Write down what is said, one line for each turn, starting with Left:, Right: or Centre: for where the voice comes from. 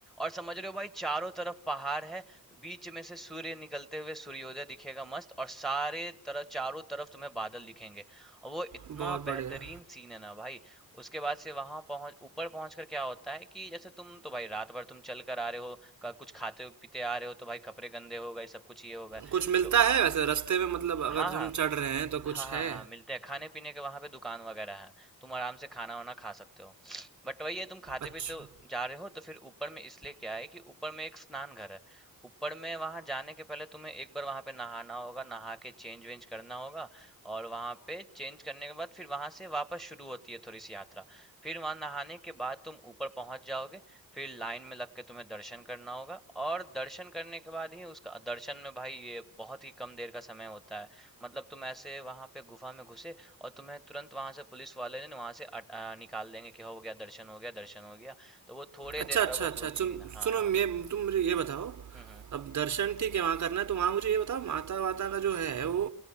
Centre: और समझ रहे हो भाई चारों तरफ पहाड़ है तो बीच में से सूर्य निकलते हुए सूर्योदय दिखेगा मस्त और सारे तरफ चारों तरफ तुम्हें बादल दिखेंगे और वो इतना
Right: बहुत बढ़िया
Centre: बेहतरीन सीन है ना भाई उसके बाद से वहां पहुंच ऊपर पहुंच कर क्या होता है कि जैसे तुम तो भाई रात भर तुम चल कर आ रहे हो क- कुछ खाते पीते आ रहे हो तो भाई कपड़े गंदे हो गए सब कुछ ये हो गए
Right: कुछ मिलता
Centre: तो
Right: है वैसे रास्ते में मतलब अगर
Centre: हाँ हाँ
Right: हम चढ़ रहे हैं तो
Centre: हाँ,
Right: कुछ
Centre: हाँ,
Right: है
Centre: हाँ, मिलते हैं खाने-पीने के वहाँ पे दुकान वगैरह है तुम आराम से खाना-वाना खा सकते हो बट वही है तुम खाते-पीते
Right: अच्छा
Centre: जा रहे हो तो फिर ऊपर में इसलिए क्या है कि ऊपर में एक स्नान घर है ऊपर में वहाँ जाने के पहले तुम्हें एक बार वहाँ पे नहाना होगा नहा के चेंज वेंज करना होगा और वहाँ पे चेंज करने के बाद फिर वहाँ से वापस शुरू होती है थोड़ी सी यात्रा फिर वहाँ नहाने के बाद तुम ऊपर पहुँच जाओगे फिर लाइन में लग के तुम्हें दर्शन करना होगा और दर्शन करने के बाद ही उसका दर्शन में भाई ये बहुत ही कम देर का समय होता है मतलब तुम ऐसे वहां पे गुफा में घुसे और तुम्हें तुरंत वहां से पुलिस वाले ने वहां से अट, आ, निकाल देंगे कि हो गया दर्शन हो गया दर्शन हो गया तो वो थोड़े देर
Right: अच्छा अच्छा
Centre: का बस
Right: अच्छा
Centre: वो चीज
Right: सुन
Centre: हाँ
Right: सुनो
Centre: हाँ
Right: मैं तुम मुझे ये बताओ
Centre: हम्म हम्म
Right: अब दर्शन ठीक है वहाँ करना है तो वहाँ मुझे ये बताओ माता वाता का जो है वो